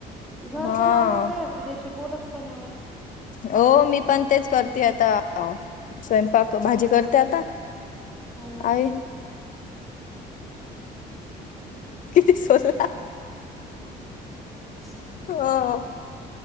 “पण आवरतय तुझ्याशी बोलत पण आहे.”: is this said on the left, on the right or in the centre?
Centre